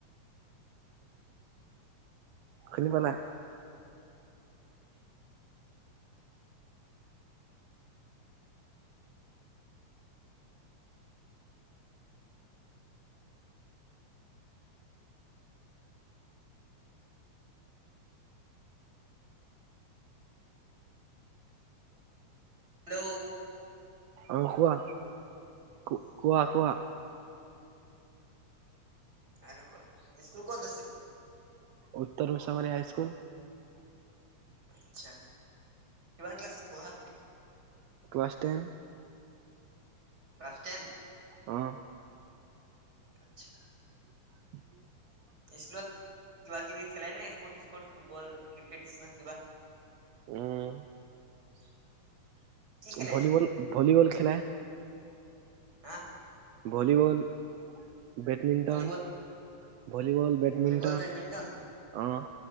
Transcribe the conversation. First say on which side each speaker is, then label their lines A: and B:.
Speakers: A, on the right; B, on the right.
A: খিনিব নাই।
B: হেল্ল'।
A: অ', কোৱা, কোৱা কোৱা।
B: আৰু কোৱা? স্কুল ক'ত আছে?
A: উত্তৰ মিছামাৰী হাইস্কুল।
B: আচ্ছা, কিমান ক্লাছত পঢ়া?
A: ক্লাছ তেন।
B: ক্লাছ তেন।
A: অহ'।
B: আচ্ছা।
A: <inaudible>
B: স্কুলত কিবা কিবি খেলে নে স্প'ৰ্টচ স্প'ৰ্ট ফুটবল ক্ৰিকেট নিছিনা কিবা?
A: উম।
B: <inaudible>
A: ভলীবল,
B: স্কুলত
A: ভলীবল খেলে।
B: হা?
A: Volleyball badminton
B: volleyball
A: volleyball, badminton
B: volleyball, badminton
A: অ'